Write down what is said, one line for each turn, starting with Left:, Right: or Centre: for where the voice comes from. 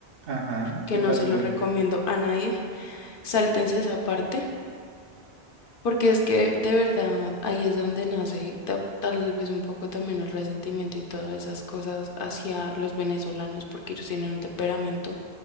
Right: ajá,
Left: que
Right: ¿qué
Left: no
Right: pasó?
Left: se lo recomiendo a nadie, sáltense esa parte, porque es que de verdad ahí es donde nace ta- tal vez un poco también el resentimiento y todas esas cosas hacia los venezolanos, porque ellos tienen un temperamento